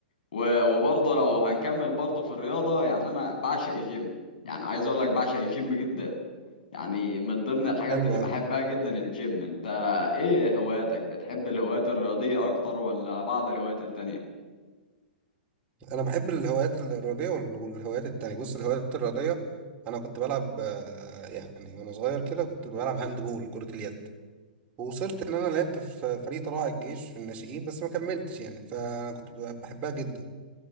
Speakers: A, on the left (about 70°); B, on the right (about 30°).
A: و... وبرضه لو هنكمل برضه في الرياضة يعني أنا بعشق الجيم يعني عايز أقول لك بعشق الجيم جدا يعني من ضمن الحاجات
B: حلو
A: اللي بحبها
B: أوي
A: جدا الجيم انت ايه هواياتك بتحب الهوايات الرياضية اكتر ولا بعض الهوايات التانية
B: أنا بحب الهوايات الرياضية وال- والهوايات التانية بص الهوايات الرياضية أنا كنت بلعب آه، يعني وأنا صغير كده كنت بلعب هاند بول كرة اليد ووصلت إن أنا لعبت في فريق طلائع الجيش في الناشئين بس ما كملتش يعني فأنا كنت ب- بحبها جدا